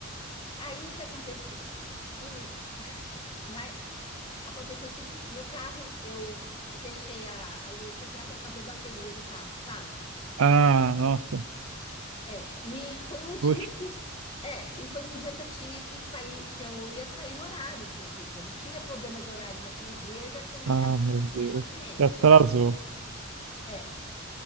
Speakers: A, on the left; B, on the right.
A: Aí o que aconteceu? Um, mas aconteceu o seguinte, meu carro, eu deixei a, a luz ligada, acabou a bateria do carro, sabe?
B: Ah, nossa.
A: É, e foi um dia
B: Poxa.
A: que é, e foi um dia que eu tinha que sair, que eu ia sair no horário, inclusive. Eu não tinha problema de horário naquele dia, eu já tinha marcado
B: Ah, meu
A: de ir no cinema
B: Deus.
A: com ele.
B: Já atrasou.
A: É.